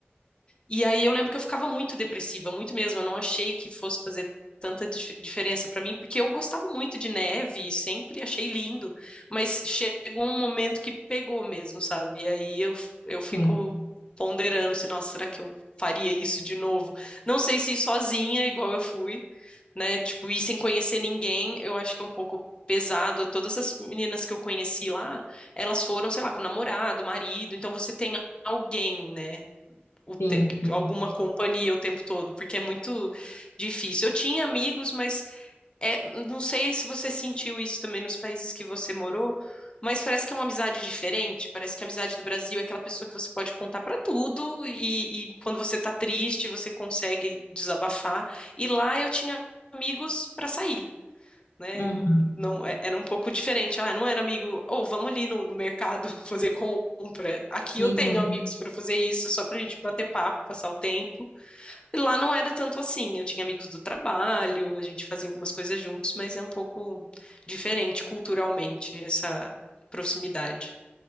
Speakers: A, on the left (about 25°); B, on the left (about 80°).
A: E aí eu lembro que eu ficava muito depressiva, muito mesmo. Eu não achei que fosse fazer tanta dif- diferença pra mim, porque eu gostava muito de neve e sempre achei lindo, mas chegou um momento que pegou mesmo, sabe? E aí eu, f- eu fico
B: Sim,
A: ponderando se, nossa, será que eu faria isso de novo? Não sei se ir sozinha, igual eu fui, né? Tipo, ir sem conhecer ninguém, eu acho que é um pouco pesado. Todas as meninas que eu conheci lá, elas foram, sei lá, com namorado, marido, então você tem alguém, né? o te-
B: sim, sim.
A: alguma companhia o tempo todo, porque é muito difícil. Eu tinha amigos, mas é- não sei se você sentiu isso também nos países que você morou, mas parece que é uma amizade diferente. Parece que a amizade do Brasil é aquela pessoa que você pode contar pra tudo e, e quando você tá triste, você consegue desabafar. E lá eu tinha amigos pra sair né?
B: Uhum,
A: Não, é- era um pouco diferente. Ah, não era amigo, ou vamos ali no, no mercado <laughs> fazer compra. Aqui
B: sim,
A: eu tenho
B: uhum.
A: amigos para fazer isso, só pra gente bater papo, passar o tempo. E lá não era tanto assim. Eu tinha amigos do trabalho, a gente fazia algumas coisas juntos, mas é um pouco diferente culturalmente essa proximidade.